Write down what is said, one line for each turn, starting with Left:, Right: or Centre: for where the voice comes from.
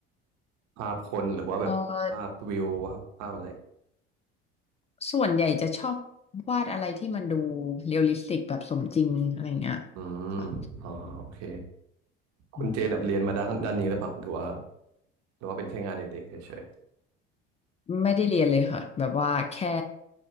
Right: ภาพคนหรือว่าแบบภาพวิววาดภาพอะไร
Left: เออส่วนใหญ่จะชอบวาดอะไรที่มันดูเรียลลิสติกแบบสมจริงอะไรอย่างเงี้ย
Right: อืมอ๋อโอเค
Left: ค่ะ
Right: คุณเจนแบบเรียนมาด้านด้านนี้หรือเปล่าหรือว่า
Left: อืม
Right: หรือว่าเป็นแค่งานเด็กๆเฉย
Left: ไม่ได้เรียนเลยค่ะแบบว่าแค่